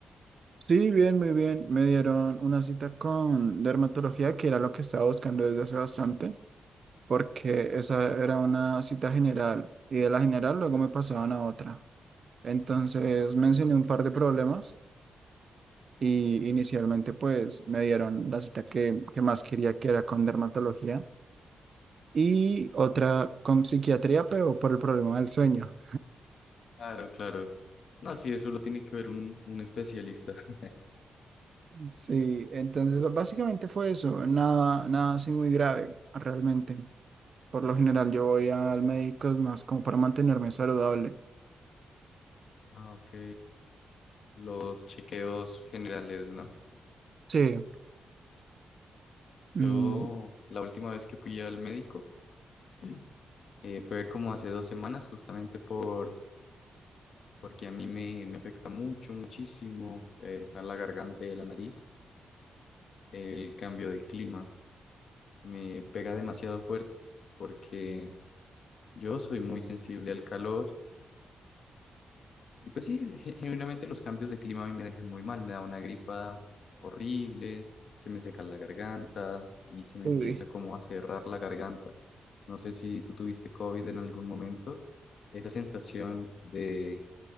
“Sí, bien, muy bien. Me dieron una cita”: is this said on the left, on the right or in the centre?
Right